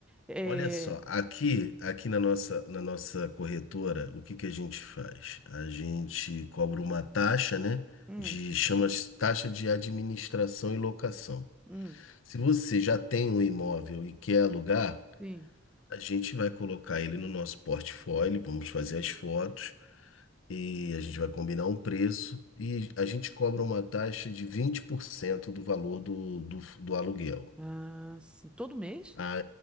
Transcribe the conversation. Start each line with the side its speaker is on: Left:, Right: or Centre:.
Centre: É,
Left: Olha só, aqui, aqui na nossa, na nossa corretora, o que que a gente faz? A gente cobra uma taxa, né?
Centre: hum,
Left: De chama taxa de administração e locação.
Centre: hum,
Left: Se você já tem um imóvel e quer alugar,
Centre: sim.
Left: a gente vai colocar ele no nosso portfólio, vamos fazer as fotos e a gente vai combinar um preço e a gente cobra uma taxa de 20% do valor do, do, do aluguel.
Centre: Ah, sim. Todo mês?
Left: Ah,